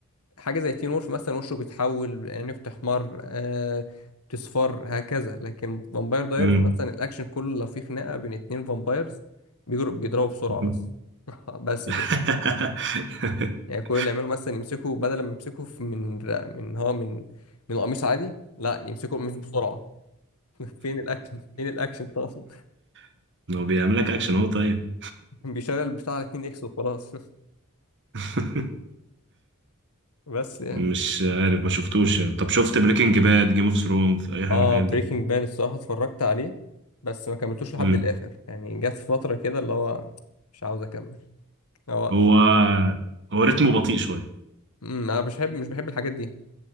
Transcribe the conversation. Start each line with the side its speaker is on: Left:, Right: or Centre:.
Left: حاجة زي تين وولف مثلا وشه بيتحول يعني بتحمر آه بتصفر هكذا لكن فامباير دايرز
Right: امم
Left: مثلا الأكشن كله لو في خناقة بين اتنين فامبايرز بيجروا بيضربوا بسرعة بس
Right: امم
Left: <laughs> بس
Right: <laughs>
Left: كده يعني كل اللي يعملوا مثلا يمسكوا بدل ما يمسكوا في- من من هو من من قميص عادي لا يمسكوا القميص بسرعة <laughs> فين الاكشن فين الاكشن طبعا
Right: <laughs> هو بيعمل لك اكشن هو طيب
Left: <laughs> بيشغل البتاع على 2 اكس وخلاص
Right: <laughs>
Left: <laughs> بس يعني
Right: مش عارف ما شفتوش طب شفت بريكنج باد جيم اوف ثرونز اي حاجه
Left: اه
Right: من
Left: بريكنج
Right: الحاجات
Left: باد الصراحه اتفرجت عليه بس ما كملتوش لحد
Right: مم.
Left: الاخر يعني جت في فتره كده اللي هو مش عاوز اكمل هو
Right: هو هو رتمه بطيء شوية
Left: أمم، انا مش بحب مش بحب الحاجات دي